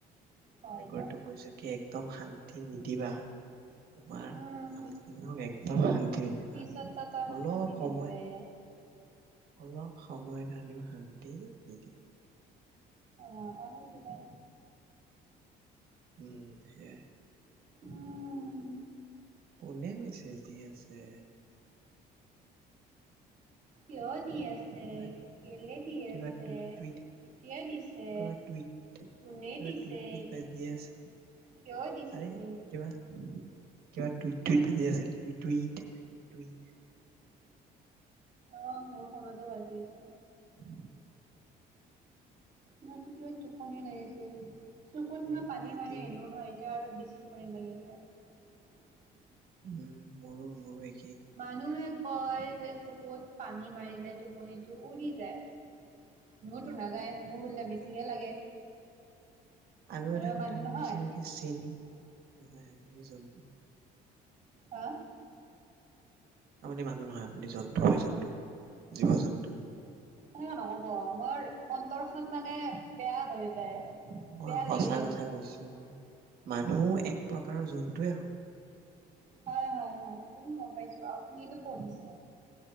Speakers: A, on the right; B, on the right.
A: হয়
B: ৰেকৰ্ডটো
A: দিয়ক
B: হৈছে কি? ত শান্তি নিদিবা? তোমাৰ
A: উম
B: মালখিনক একদম শান্তি নিদিবা
A: পিছত তই মোক
B: অলপ
A: শান্তি
B: সময়।
A: নিদয়ে
B: অলপ সময় কাৰণেও শান্তি? তে নিদিয়ে।
A: অঁ আৰু ন কিবা?
B: উম সেইয়াই?
A: উম
B: কোনে মেছেজ দি আছে?
A: লৈ দি আছে।
B: কিবা
A: কেলে দি
B: কিবা
A: আছে
B: টুইট টুইট
A: কেতিয়া দিছে
B: কিবা টুইট কিবা
A: কোনে দিছে
B: টুইট টুইট বাজি আছে
A: কিয় দিছে?
B: আৰে কিবা কিবা টুইট টুইট বাজি আছিল টুই টুইট টু টুইট।
A: অঁ মোৰ ফোনতো বাজি আছে?
B: উম
A: মতো কিবা টোপনি লাগিছে? হম চকুত
B: মোৰ
A: মই পানী
B: ভাইটিৰ
A: মাৰি আহিলো হাঁ এতিয়া আৰু বেছি? টোপনি লাগে। <inaudible> <unintelligible>
B: উম মোৰো মোৰো এক
A: মানুহে কয় যে চকুত পানী মাৰিলে টোপনিটো উৰি যায় মোৰতো
B: উম
A: নাযায় মোৰ উলতা বেছি পিয়াহ লাগে
B: আৰু
A: মানে
B: এটা
A: মই
B: কথা
A: মানুহ
B: শুনিছিলো
A: নহয়
B: কি চেনি নাই আমি আপুনি জন্তু
A: অঁহ
B: আপুনি মানুহ নহয় আপুনি জন্তু হয় জন্তু জীৱ জন্তু
A: এনেকা নকব মোৰ মোৰ অন্তৰখন মানে বেয়া হৈ যায়
B: মই
A: বেয়া
B: সঁচা
A: লাগি যায়
B: কথা
A: মোৰ
B: কৈছো মানুহো এক প্ৰকাৰৰ জন্তুৱে হয়
A: হয় হয় হয় এইটো মই গম পাইছো অঁ আপুনি এইটো পঢ়িছে